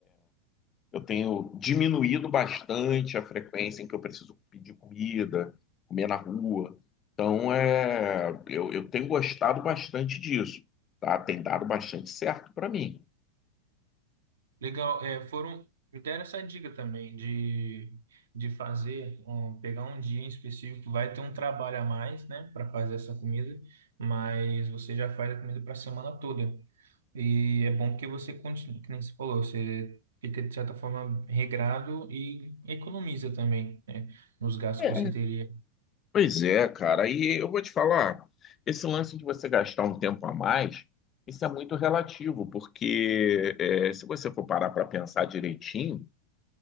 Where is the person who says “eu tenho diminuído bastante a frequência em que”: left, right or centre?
Left